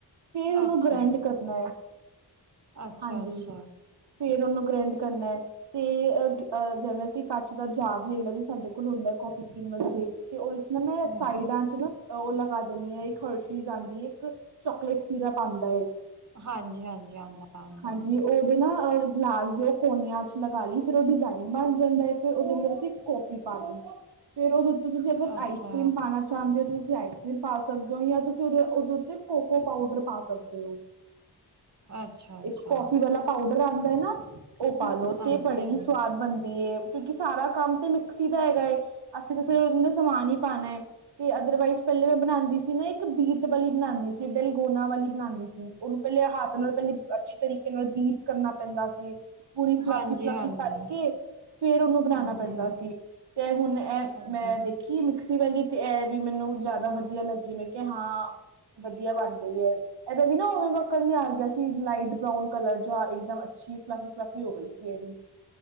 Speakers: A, on the right; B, on the right.
A: ਫੇਰ ਉਹਨੂੰ
B: ਅੱਛਾ
A: ਗ੍ਰੈਂਡ ਕਰਨਾ ਆ
B: ਅੱਛਾ
A: ਹਾਂਜੀ
B: ਅੱਛਾ
A: ਫੇਰ ਉਹਨੂੰ ਗ੍ਰੈਂਡ ਕਰਨਾ ਹੈ ਤੇ ਅਹ ਅਹ ਜਿਵੇਂ ਸੀਂ ਕੱਚ ਦਾ ਜਦ ਲੈ ਲੈ ਜ ਸਾਡੇ ਕੋਲ ਹੁੰਦਾ ਹੈ ਕਾਫੀ ਪੀਣ ਵਾਸਤੇ ਤੇ ਉਹਦੇ ਚ ਨਾ ਮੈਂ
B: ਹਮ
A: ਸਾਈਡਾਂ ਚ ਨਾ ਉਹ ਲਗਾ ਦਿੰਦੀ ਆ ਇੱਕ ਹਰਸ਼ੀਜ਼ ਆਉਂਦੀ ਹੈ ਇੱਕ ਚੋਕਲੇਟ ਸੀਿਰਪ ਆਉਂਦਾ ਹੈ
B: ਹਾਂਜੀ ਹਾਂਜੀ ਆਉਂਦਾ ਆਉਂਦਾ
A: ਹਾਂਜੀ ਉਹਦੇ ਨਾਹ ਗਲਾਸ ਦੇ ਉਹ ਕੋਨਿਆਂ ਚ ਲਗਾ ਲਈ ਫਿਰ ਉਹ ਡਿਜ਼ਾਇਨ ਬਣ ਜਾਂਦਾ ਹੈ ਫਿਰ ਉਹਦੇ ਅੰਦਰ ਅਸੀਂ ਕੌਫੀ ਪਾਣੀ ਫੇਰ ਉਹਦੇ ਉੱਤੇ ਤੁਸੀਂ ਅਗਰ
B: ਅੱਛਾ
A: ਆਈਸ ਕਰ੍ਰੀਮ ਪਾਉਣਾ ਚਾਹੁੰਦੇ ਹੋ ਤੁਸੀਂ ਆਈਸ ਕਰ੍ਰੀਮ ਪਾ ਸਕਦੇ ਹੋ ਜਾਂ ਤੁਸੀਂ ਉਹਦੇ ਤੇ ਕੋਕੋ ਪਾਊਡਰ ਪਾ ਸਕਦੇ ਹੋ
B: ਅੱਛਾ ਅੱਛਾ
A: ਇੱਕ ਕਫੀ ਵਾਲਾ ਪਾਊਡਰ ਆਉਂਦਾ ਹੈ ਨਾ ਉਹ ਪਾਲੋ
B: ਹਾਂਜੀ
A: ਤੇ ਬੜੀ
B: ਹਾਂਜੀ
A: ਹੀ ਸਵਾਦ ਬਣਦੀ ਕਿਉਂਕਿ ਸਾਰਾ ਕੰਮ ਤੇ ਮਿਕਸੀ ਦਾ ਹੈਗਾ ਏ ਅਸੀਂ ਕਿਸੇ ਉਹ ਦਾ ਸਮਾਨ ਹੀ ਪਾਉਣਾ ਹੈ ਤੇ ਅਦਰਵਾਈਜ਼ ਪਹਿਲੇ ਮੈਂ ਬਣਾਉਂਦੀ ਸੀ ਨਾ ਇੱਕ ਬੀਟ ਵਾਲੀ ਬਣਾਉਂਦੀ ਸੀ ਡਿਲਗੋ ਵਾਲੀ ਬਣਾਉਂਦੀ ਸੀ ਉਹਨੂੰ ਪਹਿਲੇ ਹੱਥ ਨਾਲ ਪਹਿਲੇ ਅੱਛੀ ਤਰੀਕੇ ਨਾਲ ਬੀਤ ਕਰਨਾ ਪੈਂਦਾ ਸੀ ਪੂਰੀ ਫਲਾਫੀ
B: ਹਾਂਜੀ
A: ਫਲਾਫੀ
B: ਹਾਂਜੀ
A: ਕਰਕੇ ਫੇਰ ਉਹਨੂੰ ਬਣਾਉਣਾ
B: ਹਾਂਜੀ
A: ਪੈਂਦਾ ਸੀ ਤੇ ਹੁਣ ਇਹ
B: ਹਾਂਜੀ
A: ਮੈਂ ਦੇਖੀ ਕਿ ਮਿਕਸੀ ਵਾਲੀ ਤੇ ਇਹ ਵੀ ਮੈਨੂੰ ਜ਼ਿਆਦਾ ਵਧੀਆ ਲੱਗੀ ਮੈਂ ਕਿ ਹਾਂ ਵਧੀਆ ਬਣਦੀ ਹੈ ਇਹਦ ਜ ਨਾ ਓਵੇਨ ਵਕਰ ਨ ਆ ਗਿਆ ਸੀ ਲਾਈਟ ਬਰਾਊਨ ਕਲਰ ਜਾਂ ਇਕਦਮ ਅੱਛੀ ਫਲਾਫੀ ਫਲਾਫੀ ਹੋ ਗਈ ਸੀ ਜੀ